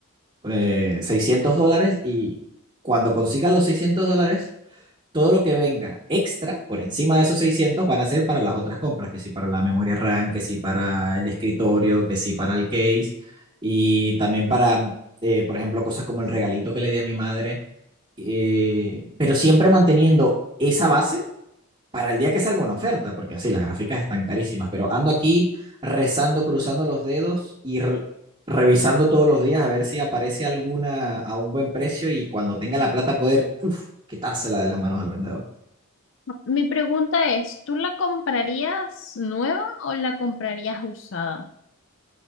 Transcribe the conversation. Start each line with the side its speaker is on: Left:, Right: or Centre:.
Right: eh, 600 dólares, y cuando consiga los 600 dólares, todo lo que venga extra por encima de esos 600 van a ser para las otras compras, que sí para la memoria RAM, que sí para el escritorio, que sí para el case, y también para, eh, por ejemplo, cosas como el regalito que le di a mi madre, eh, pero siempre manteniendo esa base para el día que salga una oferta, porque así las gráficas están carísimas, pero ando aquí rezando, cruzando los dedos y re- revisando todos los días a ver si aparece alguna a un buen precio y cuando tenga la plata poder uf, quitársela de las manos al vendedor.
Left: Mi pregunta es, ¿tú la comprarías nueva o la comprarías usada?